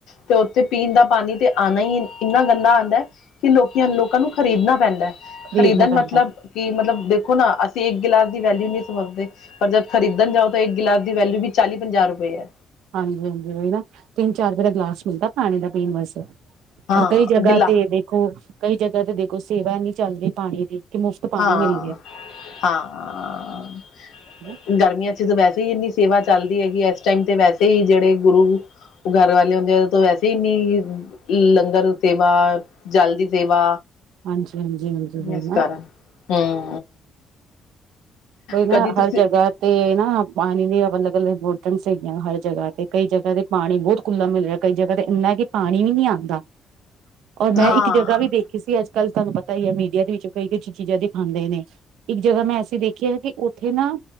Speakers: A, on the left; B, on the right.
A: ਤੇ ਉਥੇ ਪੀਣ ਦਾ ਪਾਣੀ ਤੇ ਆਣਾ ਈ ਇੰਨਾ ਗੰਦਾ ਆਂਦਾ ਐ ਕਿ ਲੋਕੀਆਂ ਲੋਕਾਂ ਨੂੰ ਖਰੀਦਣਾ ਪੈਂਦਾ ਹੈ
B: ਖ਼ਰੀਦਣਾ
A: ਖਰੀਦਣ
B: ਪੈਂਦਾ
A: ਮਤਲਬ ਕਿ ਮਤਲਬ ਦੇ ਹੁਨ ਅਸੀ ਇੱਕ ਗਿਲਾਸ ਦੀ ਵੈਲਿਊ ਨਹੀਂ ਸਮਝਦੇ ਪਰ ਜਦ ਖਰੀਦਣ ਜਾਓ ਤਾਂ ਇੱਕ ਗਿਲਾਸ ਦੀ ਵੈਲਿਊ ਵੀ ਚਾਲੀ ਪੰਜਾਹ ਰੁਪਏ ਏ।
B: ਹਾਂਜੀ ਹਾਂਜੀ ਉਹੀ ਨਾ ਤਿੰਨ ਚਾਰ ਰੁਪਏ ਦਾ ਗਲਾਸ ਮਿਲਦਾ ਪਾਣੀ ਦਾ ਪੀਣ ਵਾਸਤੇ
A: ਹਾਂ
B: ਔਰ ਕਈ ਜਗ੍ਹਾ
A: ਗਿਲਾ
B: ਤੇ ਦੇਖੋ ਕਈ ਜਗ੍ਹਾ ਤੇ ਦੇਖੋ ਸੇਵਾ ਏਨੀ ਚੱਲ ਰਹੀ ਪਾਣੀ ਦੀ ਕਿ ਮੁਫ਼ਤ ਪਾਣੀ
A: ਹਾਂ
B: ਮਿਲ ਰਿਹਾ
A: ਹਾਂ
B: ਹਨਾ।
A: ਗਰਮੀਆਂ 'ਚ ਤਾਂ ਵੈਸੇ ਹੀ ਇੰਨੀ ਸੇਵਾ ਚੱਲਦੀ ਹੈ ਕਿ ਇਸ ਟਾਈਮ ਤੇ ਵੈਸੇ ਹੀ ਜਿਹੜੇ ਗੁਰੂ ਘਰ ਵਾਲੇ ਹੁੰਦੇ ਆ ਤੋਂ ਵੈਸੇ ਹੀ ਇਨੀ ਲੰਗਰ ਸੇਵਾ ਜਲ ਦੀ ਸੇਵਾ
B: ਹਾਂਜੀ, ਹਾਂਜੀ, ਹਾਂਜੀ ਹੈ
A: ਇਸ
B: ਨਾ
A: ਕਾਰਨ ਹੂੰ।
B: ਕੋਈ ਨਾ
A: ਕਦੀ ਤੁਸੀਂ
B: ਹਰ ਜਗ੍ਹਾ ਤੇ ਨਾ ਪਾਣੀ ਦੀ ਮਤਲਬ ਅੱਲਗ ਅੱਲਗ ਬੋਤਲਸ ਹੈਗੀਆਂ ਹਰ ਜਗ੍ਹਾ ਤੇ ਕਈ ਜਗ੍ਹਾ ਤੇ ਪਾਣੀ ਬਹੁਤ ਕੁੂਲਾ ਮਿਲ ਰਿਹਾ ਕਈ ਜਗ੍ਹਾ ਤੇ ਇੰਨਾ ਕਿ ਪਾਣੀ ਵੀ ਨੀ ਆਂਦਾ ਔਰ ਮੈਂ
A: ਹਾਂ
B: ਇੱਕ ਜਗ੍ਹਾ ਵੀ ਦੇਖੀ ਸੀ ਅੱਜ ਕੱਲ੍ਹ ਤੁਹਾਨੂੰ ਪਤਾ ਹੀ ਹੈ ਮੀਡੀਆ ਦੇ ਵਿੱਚ ਕਈ ਕਈ ਚੀਜ਼ਾਂ ਦਿਖਾਂਦੇ ਨੇ। ਇੱਕ ਜਗ੍ਹਾ ਮੈਂ ਐਸੀ ਦੇਖੀ ਹੈ ਕਿ ਉਥੇ ਨਾ